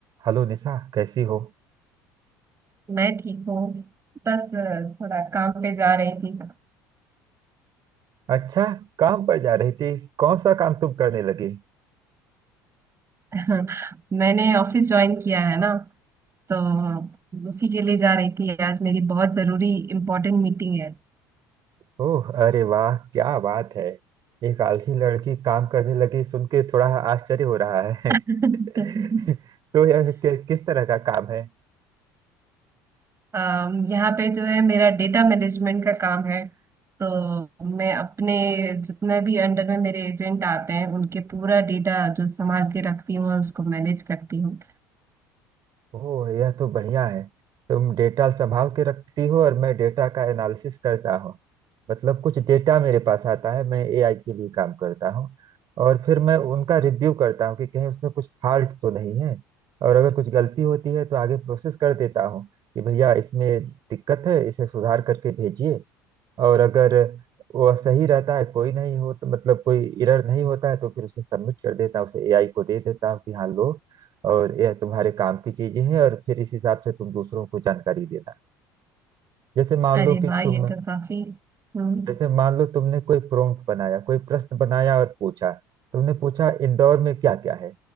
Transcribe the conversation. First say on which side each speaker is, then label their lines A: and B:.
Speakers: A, on the right; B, on the right.
A: Hello Nisha कैसी हो
B: मैं ठीक हूँ बस अ, थोड़ा काम पे जा रही थी
A: अच्छा काम पर जा रही थी कौन सा काम तुम करने लगी
B: <laughs> मैंने ऑफिस ज्वाइन किया है ना तो उसी के लिए जा रही थी आज मेरी बहुत जरूरी इम्पोर्टेंट मीटिंग है
A: ओह अरे वाह क्या बात है एक आलसी लड़की काम करने लगी सुन के थोड़ा आश्चर्य हो रहा है
B: <laughs>
A: <laughs> तो यह कि, किस तरह का काम है
B: अम, यहाँ पे जो है मेरा डेटा मैनेजमेंट का काम है तो मैं अपने जितने भी अंडर में मेरे एजेंट आते हैं उनके पूरा डेटा जो संभाल के रखती हूँ और उसको मैनेज करती हूँ
A: ओह यह तो बढ़िया है तुम डेटा संभाल के रखती हो और मैं डेटा का एनालिसिस करता हूँ मतलब कुछ डेटा मेरे पास आता है मैं एआई के लिए काम करता हूँ और फिर मैं उनका रिव्यू करता हूँ कि कहीं उसमें कुछ फॉल्ट तो नहीं है और अगर कुछ गलती होती है तो आगे प्रोसेस कर देता हूँ कि भैया इसमें दिक्कत है इसे सुधार करके भेजिए और अगर वह सही रहता है कोई नहीं हो तो मतलब कोई एरर नहीं होता है तो फिर उसे सबमिट कर देता हूँ उसे एआई को दे देता हूँ कि हाँ लो और यह तुम्हारे काम की चीजें हैं और फिर इस हिसाब से तुम दूसरों को जानकारी देना जैसे मान
B: अरे
A: लो कि
B: वाह ये
A: तुम
B: तो काफी हम्म
A: जैसे मान लो तुमने कोई प्रॉम्प्ट बनाया कोई प्रश्न बनाया और पूछा तुमने पूछा इंदौर में क्या क्या है